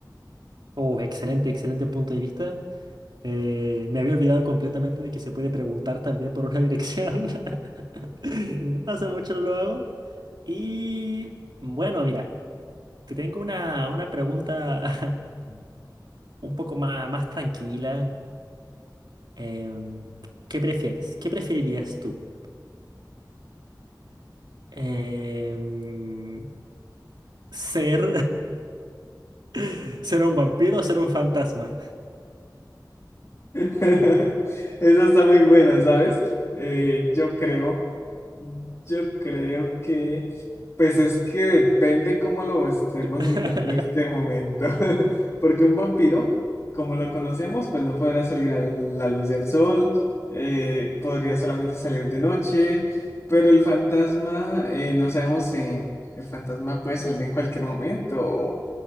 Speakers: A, on the right; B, on the left.
A: Oh, excelente, excelente punto de vista. Eh, me había olvidado completamente de que se puede preguntar también por una dirección. <laughs> Hace mucho no lo hago. Y bueno, mira, te tengo una, una pregunta <laughs> un poco más, más tranquila. Em, ¿qué prefieres? ¿Qué preferirías tú? Em, ¿ser, <laughs> ser un vampiro o ser un fantasma?
B: <laughs> Esa está muy buena, ¿sabes? Eh, yo creo, yo creo que, pues es que depende cómo lo estemos
A: <laughs>
B: mirando en este momento, <laughs> porque un vampiro, como lo conocemos, pues no podrá salir a la luz del sol, eh, podría solamente salir de noche, pero el fantasma, eh, no sabemos, eh, el fantasma puede salir en cualquier momento o